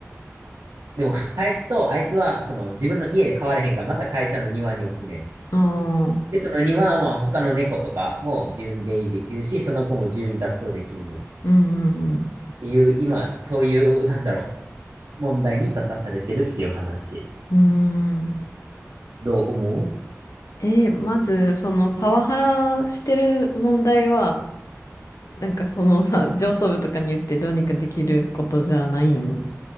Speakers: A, on the right; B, on the left.
A: でも返すと、あいつはその自分の家で飼われへんから、また会社の庭に置くねん。
B: ああ。
A: で、その庭は他の猫とかも自由に出入りできるし、その子も自由に脱走できんねん。っ
B: うんうん
A: ていう、今、そういう、なんだろう、問題に立たされてるっていう話。
B: うん。うーん。
A: どう思う
B: えーまず、そのパワハラしてる問題は、なんかそのさ、<laughs> 上層部とかに言ってどうにかできることじゃないん。